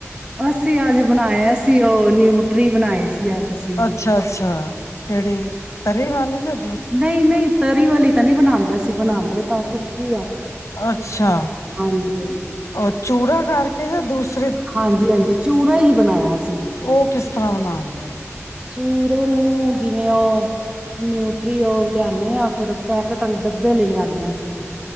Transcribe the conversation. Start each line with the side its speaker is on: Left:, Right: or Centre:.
Right: ਅਸੀਂ ਅੱਜ ਬਣਾਇਆ ਸੀ ਉਹ ਨਿਊਟਰੀ ਬਣਾਈ ਸੀ ਅੱਜ ਅਸੀਂ
Left: ਅੱਛਾ ਅੱਛਾ <inaudible> <unintelligible>
Right: ਨਹੀਂ -ਨਹੀਂ ਤਰੀ ਵਾਲੀ ਤਾਂ ਨਹੀਂ ਬਣਾਦੇ ਅਸੀ, ਅਸੀ ਬਣਾਦੇ ਤਾਂ ਸੁੱਕੀ ਆ।
Left: ਅੱਛਾ
Right: ਹਾਂਜੀ-ਹਾਂਜੀ,
Left: ਅ, ਚੂਰਾ ਕਰ ਕੇ ਜਾਂ ਦੂਸਰਾ
Right: ਹਾਂਜੀ -ਹਾਂਜੀ ਚੂੂਰਾ ਸਹੀ ਬਣਾਇਆ ਸ -
Left: ਉਹ ਕਿਸ ਤਰ੍ਹਾਂ ਬਣਾਦੇ ਔ
Right: ਚੂਰੇ ਨੂੰ ਜਿਵੇਂ ਔ, ਨਿਊਟਰੀ ਔ ਲਿਆਨੇ ਆ, ਫਿਰ ਪੈਕੇਟ ਆਲੇ ਡੱਬੇ ਆਲੀ ਲਿਆਨੇ ਆ ਅਸੀਂ